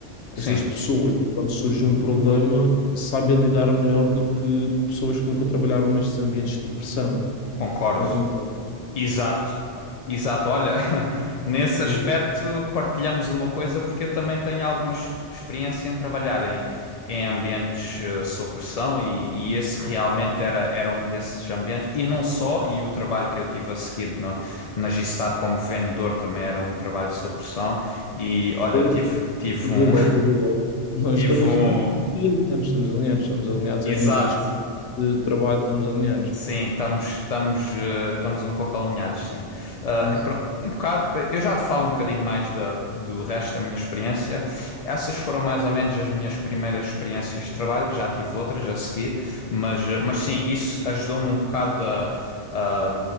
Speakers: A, on the left (about 80°); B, on the left (about 50°).
A: Estas
B: Sim,
A: pessoas, quando surge um problema, sabem lidar melhor do que pessoas que nunca trabalharam nestes ambientes de pressão.
B: concordo.
A: Não concordo.
B: Exato, exato. Olha, <laughs> nesse
A: Boa,
B: aspecto partilhamos uma coisa, porque eu também tenho alguma ex- experiência em trabalhar em, em ambientes eh, sob pressão e, e esse
A: pressão.
B: realmente era, era um desses ambientes. E não só, e o trabalho que eu tive a seguir na, na G-Star como vendedor também era um trabalho sob pressão. E olha,
A: Pois,
B: tive,
A: pois.
B: tive
A: Eu
B: um,
A: vi logo, eu vi logo. Nós
B: <laughs> tive
A: estamos,
B: um,
A: estamos aqui alinhados, estamos alinhados, estamos alinhados
B: exato.
A: a nível de, espe- de trabalho, estamos alinhados.
B: Sim, estamos, estamos, eh, estamos um pouco alinhados, sim. Ah,
A: Sim,
B: e
A: sim.
B: pro- um bocado, eh, eu já te falo um bocadinho mais da, do resto da minha experiência. Essas foram mais ou menos as minhas primeiras experiências de trabalho, já tive outras a seguir, mas, eh, mas sim, isso ajudou-me um bocado a, a,